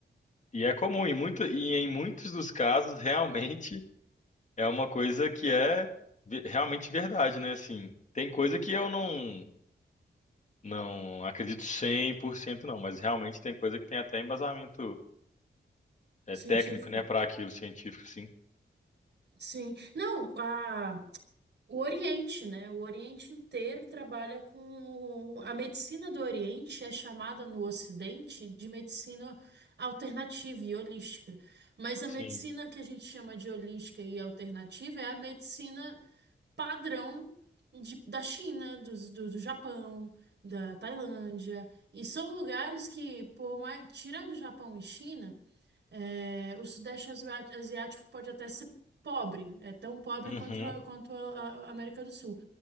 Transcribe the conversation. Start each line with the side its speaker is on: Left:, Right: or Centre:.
Left: e é comum, em muita, e em muitos dos casos, realmente é uma coisa que é ve- realmente verdade, né, assim. Tem coisa que eu não, não acredito 100% não, mas realmente tem coisa que tem até embasamento, é,
Right: científico.
Left: técnico, né, para aquilo, científico, sim.
Right: Sim. Não, a, o Oriente, né? O Oriente inteiro trabalha com. A medicina do Oriente é chamada no Ocidente de medicina alternativa e holística. Mas a
Left: Sim,
Right: medicina que a gente chama de holística e alternativa é a medicina padrão de- da China, dos- do, do Japão, da Tailândia. E são lugares que, por mais, tirando Japão e China, é, o Sudeste Asia- Asiático pode até ser pobre, é tão pobre
Left: Uhum,
Right: quanto, a- quanto a a América do Sul.